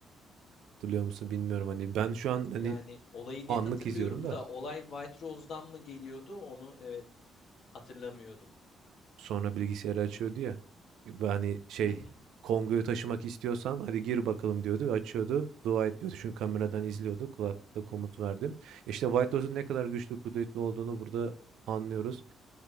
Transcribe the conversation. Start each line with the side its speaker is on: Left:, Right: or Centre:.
Right: Hatırlıyor musun bilmiyorum. Hani, ben şu an, hani,
Left: Yani olayı net
Right: anlık
Left: hatırlıyorum
Right: izliyorum da.
Left: da olay White Rose'dan mı geliyordu onu evet hatırlamıyordum.
Right: Sonra bilgisayarı açıyordu ya. B hani, şey,
Left: Hı hı.
Right: Kongo'yu taşımak istiyorsan hadi gir bakalım diyordu ve açıyordu. Dua et diyordu. Çünkü kameradan izliyordu. Kulaklıkla komut verdim. E, İşte White Lotus'un ne kadar güçlü, kudretli olduğunu burada anlıyoruz.